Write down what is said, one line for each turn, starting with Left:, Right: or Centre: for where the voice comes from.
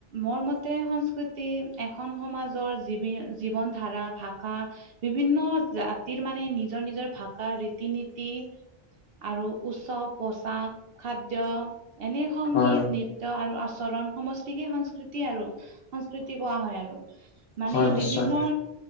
Right: মোৰ মতে সংস্কৃতি, এখন সমাজৰ জীৱ, জীৱন ধাৰা ভাষা বিভিন্ন জাতিৰ মানে নিজৰ, নিজৰ ভাষা ৰীতি নীতি। আৰু উৎসৱ, পোচাক, খাদ্য এনে সংগীত
Left: হয়
Right: নৃত্যয় আৰু আচৰণ সমষ্টিকে সংস্কৃতি আৰু। সংস্কৃতি কোৱা হয় আৰু মানে
Left: হয় নিশ্চয়
Right: বিভিন্ন